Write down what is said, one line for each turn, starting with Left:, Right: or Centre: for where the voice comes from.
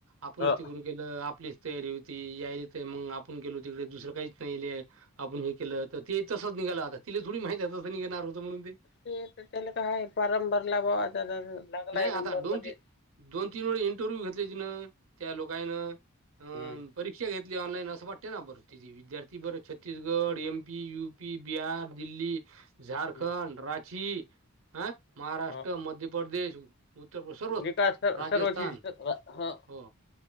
Right: आपणच
Left: हो.
Right: त करून केलं आपलीच तयारी होती याय तर मग आपण केेलो तिकडे दुसरं काहीच नाहीय आपण हे केलं तर ते तसच निघालं आता तिला थोडी माहिती आहे तसं निघणार होतो म्हणून ते
Left: ते तर त्याला काय फोरम भरला होता त्याचा लागलाय
Right: नाही आता
Left: नंबर
Right: दोन
Left: मध्ये
Right: ती दोन तीन वेळे इंटरव्ह्यू घेतले तिनं त्या लोकांनं अं
Left: हम्म
Right: परीक्षा घेतली ऑनलाईनं अस वाटते ना परत विद्यार्थी बर Chhattisgarh, M P, UP, Bihar, Delhi झारखंड,
Left: हम्म
Right: राांची, ह महाराष्ट्र,
Left: ह
Right: मध्य प्रदेश उत्तर सर्वच
Left: निकास सर्व
Right: राजस्थान
Left: सर्वच ह
Right: हो